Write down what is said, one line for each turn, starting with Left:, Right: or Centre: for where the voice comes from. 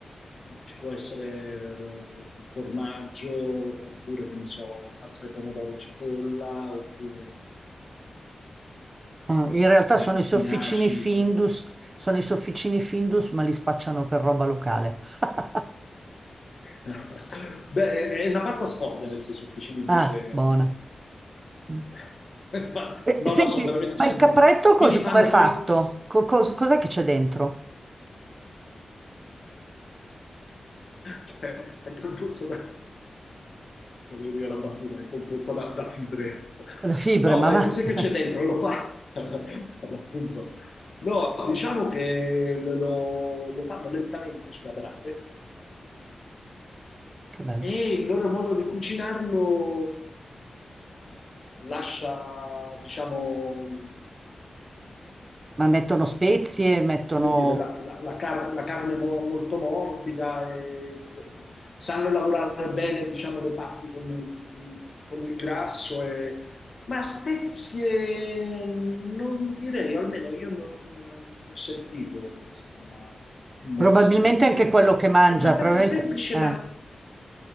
Left: ci può essere eh, formaggio, oppure, che ne so, salsa di pomodoro e cipolla, oppure
Right: Ah, In realtà
Left: eh,
Right: sono
Left: spinaci.
Right: i sofficini Findus, sono i sofficini Findus, ma li spacciano per roba locale. <laughs>
Left: <laughs> Beh, è una pasta sfoglia, questi sofficini invece...
Right: Ah, buona.
Left: <laughs>
Right: Mm.
Left: Ma
Right: Eh,
Left: no,
Right: senti,
Left: no, sono veramente...
Right: ma
Left: se
Right: il
Left: li-
Right: capretto cos-
Left: Qui li fanno
Right: com'è fatto?
Left: poi
Right: Co- cos- cos'è che c'è dentro?
Left: Cioè, è composto da... Non mi veniva la battuta, è composta da, da fibre.
Right: Da fibre,
Left: No,
Right: ma
Left: e
Right: va.
Left: cos'è
Right: <laughs>
Left: che c'è dentro? Lo fa, <laughs> appunto. No, diciamo che lo, lo fanno lentamente sulla brace
Right: Che bello.
Left: e il loro modo di cucinarlo lascia, diciamo,
Right: Ma mettono spezie, mettono...
Left: come dire, la, la- la car- la carne mo- molto morbida, e sanno lavorare bene, diciamo, le parti con, con il grasso, e- ma spezie non direi, almeno io non, non ho sentito, insomma, molte
Right: Probabilmente
Left: spezie.
Right: anche quello che mangia,
Left: È abbastanza
Right: probabilmente...
Left: semplice,
Right: Eh,
Left: ma